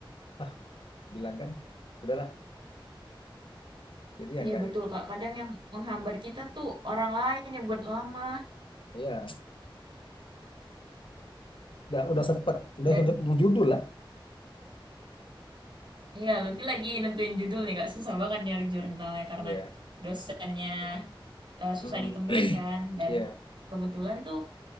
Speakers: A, on the left; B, on the right.
A: Ah, bilang kan, udahlah. Jadi ya
B: Iya
A: nggak,
B: betul kak. Kadang yang menghambat kita tuh orang lain yang buat lama.
A: ya udah udah sempat, udah
B: Dan
A: udah menjudul lah.
B: iya, Lutfi lagi nentuin judul nih kak. Susah banget nyari jurnalnya karena
A: Iya.
B: dosennya eh, susah
A: Mm.
B: ditemuin
A: <clears throat>
B: kan. Dan
A: Iya.
B: kebetulan tuh